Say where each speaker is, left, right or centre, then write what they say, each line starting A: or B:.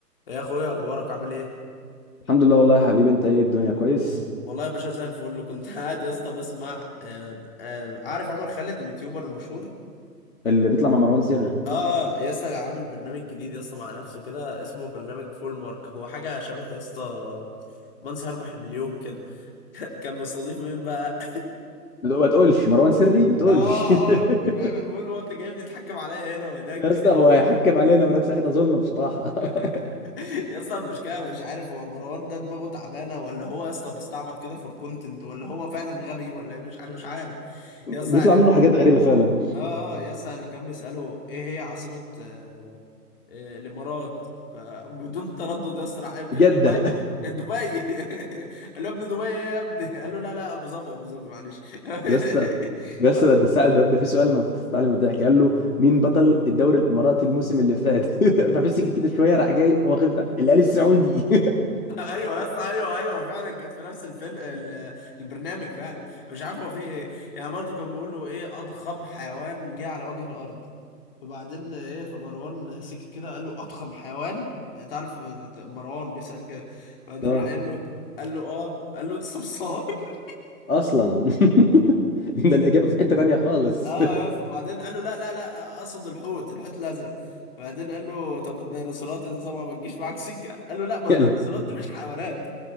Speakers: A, on the left; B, on the left.
A: يا اخويا اخبارك عامل ايه
B: الحمد لله والله يا حبيبي انت ايه الدنيا كويس
A: والله يا باشا زي الفل كنت <laughs> قاعد يا اسطى بسمع آه آه عارف عمر خالد اليوتيوبر المشهور
B: اللي بيطلع مع مروان سري
A: اه آه، يا اسطى عامل برنامج جديد يا اسطى مع نفسه كده اسمه برنامج فول مارك هو حاجه شبه يا اسطى من سيربح المليون كده <laughs> كان مستضيف مين بقى
B: لا، ما تقولش مروان سري
A: <laughs>
B: ما تقولش
A: اه اه
B: <laughs>
A: بيقول هو انت جايبني تتحكم عليا هنا وهناك
B: يا اسطى هو هيحكم علينا ونفس حته ظلم بصراحه
A: <laughs>
B: <laughs>
A: يا اسطى المشكله مش عارف هو مروان ده دماغه تعبانه ولا هو يا اسطى بيستعبط كده فور كونتنت ولا هو فعلا غبي ولا ايه مش انا مش عارف
B: بيطلع
A: يا اسطى يعني
B: منه حاجات غريبة فعلا
A: اه اه يا اسطى انا كان بيساله ايه هي عاصمه آه آه الامارات فبدون تردد يا اسطى راح قايل كده
B: جدة
A: دبي دبي <laughs> قال له يا ابني دبي ايه يا ابني <laughs> قال له لا لا ابو ظبي ابو ظبي معلش
B: <laughs> يا اسطى
A: <laughs>
B: يا
A: وبعدين
B: اسطى ده ده سأل
A: <laughs>
B: ده, ده في سؤال انا فضلت اتعلم الضحك قال له مين بطل الدوري الاماراتي الموسم اللي فات <laughs> فمسك كده شويه راح جاي واخد ده الهلال السعودي
A: ايوه يا اسطى ايوه ايوه فعلا كانت في نفس الفيلم ال- البرنامج فعلا مش عارف هو في ايه يعني برضه كان بيقول له ايه اضخم حيوان جه على وجه الارض فبعدين ايه فمروان سكت كده قال له اضخم حيوان انت عارف مروان بيسأل كده
B: <laughs>
A: بعدين
B: اه
A: راح قال له إيه؟ قال له اه قال له انت صرصار <laughs>
B: اصلا <laughs> ده الاجابه في حته تانيه خالص
A: اه
B: <laughs>
A: يا اسطى بعدين قال له لا لا لا اقصد الحوت الحوت الازرق بعدين قال له طب والديناصورات إيه نظامها ما تجيش معاك سكه قال له لا ما
B: يعني
A: الديناصورات دي مش حيوانات